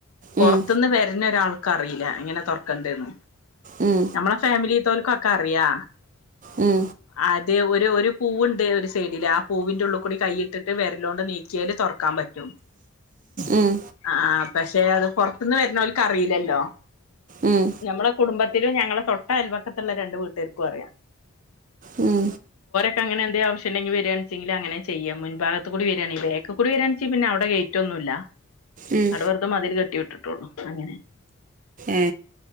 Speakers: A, on the left; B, on the right.
A: പുറത്ത്ന്ന്
B: ഉം
A: വരുന്ന ഒരാൾക്ക് അറിയില്ല എങ്ങനെ തുറക്കണ്ടേന്ന്.
B: ഉം
A: നമ്മളെ ഫാമിലിത്തോൽക്ക്കെ അറിയാ.
B: ഉം
A: അത് ഒര് ഒര് പൂവുണ്ട് ഒരു സൈഡില് ആ പൂവിന്റെ ഉള്ളികൂടി കൈയിട്ടിട്ട് വിരലോണ്ട് നീക്കി ക്യാൽ തുറക്കാൻ പറ്റും
B: ഉം
A: ആ. പക്ഷെ അത് പുറത്തുന്ന് വരുന്നോൽക്ക് അറിയില്ലല്ലോ
B: ഉം
A: നമ്മള കുടുംബ തിലും ഞങ്ങളെ തൊട്ട അൽവക്കത്തുള്ള രണ്ട് വീട്ടുകർക്കും അറിയാം.
B: ഉം
A: ട്ട് അങ്ങനെ എന്തെ ആവശ്യണ്ടെങ്കി വ രാണ് ച്ചങ്കി അങ്ങനെ ചെയ്യ മുൻാഗത്ത് കൂടി വരാണെങ്കി ബേക്കി കൂടി വരാണ ചെങ്കി പിന്നെ അവിടെ ഗേറ്റ് ഒന്നുല്ല.
B: ഉം
A: അവിടെവെർതേ മതിൽ കെട്ടി വിട്ടിട്ടുള്ളു അങ്ങനെ.
B: ഏ